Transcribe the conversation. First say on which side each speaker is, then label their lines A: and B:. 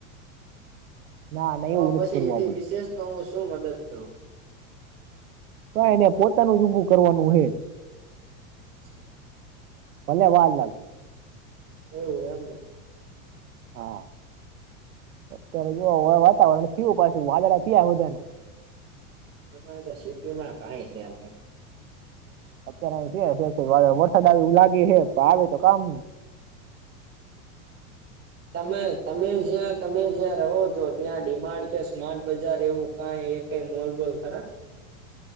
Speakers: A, on the right; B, on the right.
A: ના ના
B: હ
A: એવું
B: પછી
A: નથી કરવું
B: એધ
A: આપણે
B: વિશેષ તો હું શું મદદ કરું
A: તો એને પોતાનું જ ઉઊભું કરવાનું હોે
B: <inaudible>
A: ભલે વાર લાગતી
B: એવું એમ ને
A: હા અત્યારે જો વાતાવરણ થયું પાછું વાદળા થયા વધા
B: અમારે તો સિટી માં કાય છે નઈ
A: અત્યારે છે વરસાદ આવે એવું લાગે હે પણ આવે તો કામ
B: તમે તમે જ્યાં તમે જ્યાં રહો છો ત્યાં ડિમાન્ડ કે સ્માર્ટ બજાર એવું ક એક મોલ બોલ ખરા